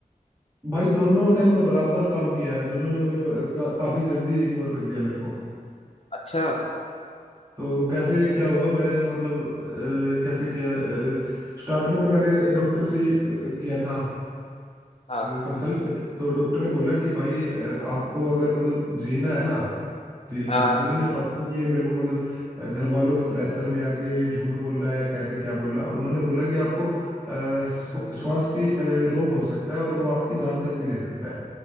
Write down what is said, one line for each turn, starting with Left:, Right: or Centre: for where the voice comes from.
Right: भाई दोनों ने मतलब बराबर काम किया है दोनों ने मतलब का, काफी जल्दी रिकवर कर दिया मेरे को
Left: अच्छा
Right: तो कैसे क्या हुआ मैं मतलब अ, कैसे किया स्टार्ट में तो मैंने डॉक्टर से ही अ, किया था
Left: हाँ
Right: कंसल्ट तो डॉक्टर ने बोला कि भाई अ, आपको अगर मतलब जीना है ना रियलिटी
Left: हाँ
Right: में उन्होंने पता नहीं है मेरे को मतलब अ, घर वालों के प्रेशर में आके झूठ बोला या कैसे क्या बोला उन्होंने बोला कि आपको अ, स्व- श्वास की अ, रोग हो सकता है और वो आपकी जान तक भी ले सकता है